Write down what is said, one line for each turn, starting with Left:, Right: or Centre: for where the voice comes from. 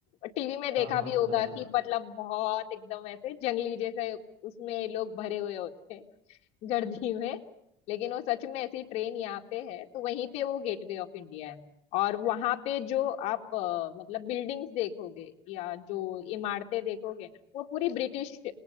Left: टीवी में देखा
Right: हाँ हाँ
Left: भी
Right: सुना
Left: होगा
Right: है सुना
Left: कि मतलब बहुत एकदम ऐसे जंगली जैसे उसमें लोग भरे हुए होते हैं गर्जी में लेकिन वो सच में ऐसी ट्रेन यहाँ पे है तो वहीं पे वो गेटवे ऑफ इंडिया है और वहां पे जो आप अ, मतलब बिल्डिंग्स देखोगे या जो इमारतें देखोगे ना वो पूरी ब्रिटिश